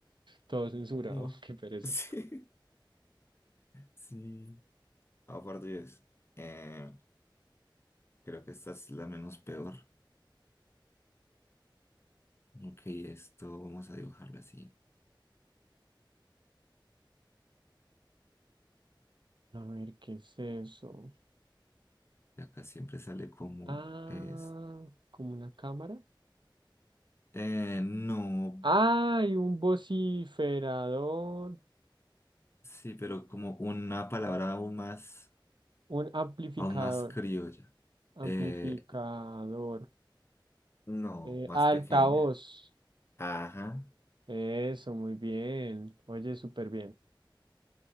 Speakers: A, on the right; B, on the left.
A: todo censurado.
B: Como-
A: <laughs> Qué pereza.
B: Sí, sí. Aparte es, eh, creo que esta es la menos peor. Ok, esto vamos a dibujarlo así.
A: A ver, ¿qué es eso?
B: Y acá siempre sale como
A: Ah,
B: es.
A: como una cámara.
B: Eh, no.
A: Ah, y un vociferador,
B: Sí, pero como una palabra aún más,
A: un amplificador,
B: aún más criolla. Eh,
A: amplificador,
B: no,
A: eh,
B: más
A: altavoz.
B: pequeña. Ajá.
A: Eso, muy bien. Oye, súper bien.